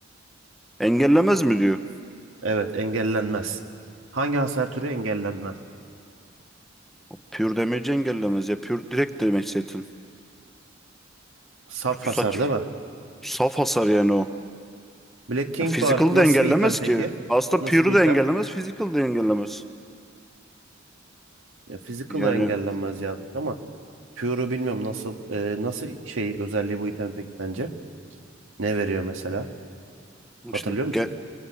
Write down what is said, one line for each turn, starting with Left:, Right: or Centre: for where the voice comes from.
Centre: Engellemez mi diyor.
Right: Evet, engellenmez. Hangi hasar türü engellenmez?
Centre: Pure damage engellemez. Ya pure direkt damage zaten.
Right: Saf
Centre: Çok
Right: hasar
Centre: saç.
Right: değil mi?
Centre: Saf hasar yani o.
Right: Black King
Centre: Ya, physical
Right: Bar nasıl
Centre: da engellemez
Right: bir item peki?
Centre: ki. Aslında
Right: Nasıl
Centre: pure'u
Right: bir item?
Centre: da engellemez. Physical da engellemez.
Right: E, physical'ı
Centre: Yani
Right: engellenmez yazmış ama Pure'u bilmiyorum nasıl e, nasıl şey özelliği bu item peki sence? Ne veriyor mesela? Hatırlıyor
Centre: işte
Right: musun?
Centre: ge-